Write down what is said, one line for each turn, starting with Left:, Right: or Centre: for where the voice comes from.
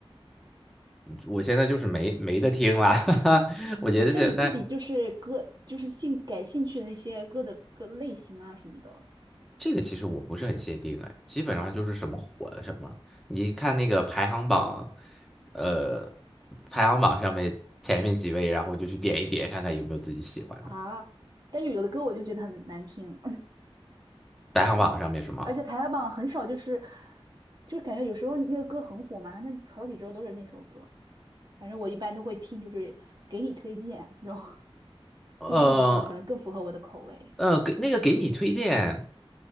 Centre: 我现在就是没没得听了，<laughs> 哈哈我觉得现在
Right: 但你自己就是歌，就是兴感兴趣的那些歌的歌类型啊什么的
Centre: 这个其实我不是很限定哎，基本上就是什么火的什么。你看那个排行榜，呃，排行榜上面前面几位，然后就去点一点看看有没有自己喜欢的。
Right: 啊。但是有的歌我就觉得很难听，
Centre: 排行榜上面什么，
Right: <laughs> 而且排行榜很少，就是就是感觉有时候那个歌很火嘛，那好几周都是那首歌。反正我一般都会听，就是给你推荐这种 <laughs>
Centre: 呃
Right: 推荐的歌，可能更符合我的口味，
Centre: 呃，给那个给你推荐